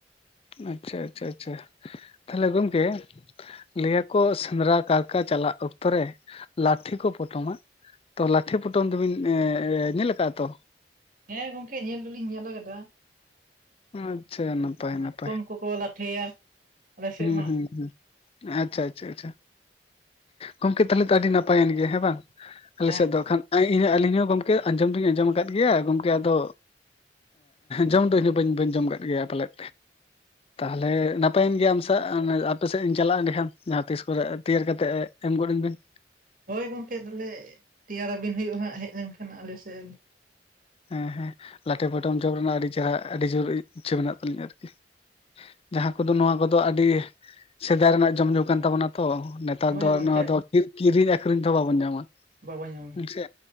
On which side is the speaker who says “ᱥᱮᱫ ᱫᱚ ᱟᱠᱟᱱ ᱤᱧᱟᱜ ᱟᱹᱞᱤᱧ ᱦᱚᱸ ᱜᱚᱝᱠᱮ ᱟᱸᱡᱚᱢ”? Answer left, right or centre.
Left